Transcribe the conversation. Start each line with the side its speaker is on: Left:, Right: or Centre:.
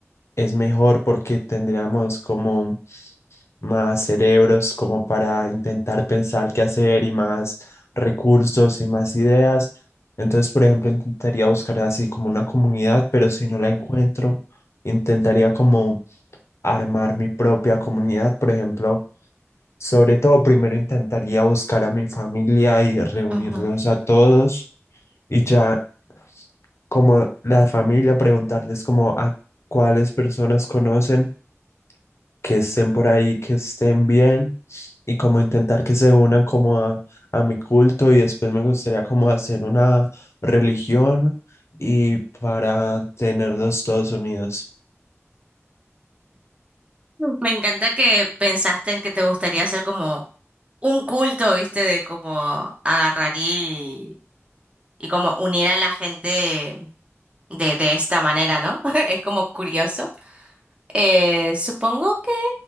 Left: es mejor porque tendríamos como más cerebros como para intentar pensar qué hacer y más recursos y más ideas. Entonces, por ejemplo, intentaría buscar así como una comunidad, pero si no la encuentro, intentaría como armar mi propia comunidad, por ejemplo. Sobre todo, primero intentaría buscar a mi familia y reunirlos
Right: Ajá.
Left: a todos y ya como la familia preguntarles como a cuáles personas conocen que estén por ahí, que estén bien y como intentar que se unan como a, a mi culto y después me gustaría como hacer una religión y para tenerlos todos unidos.
Right: Me encanta que pensaste en que te gustaría hacer como un culto, ¿viste? De como agarrar y, y como unir a la gente de, de esta manera, ¿no? <laughs> Es como curioso. Eh, supongo que,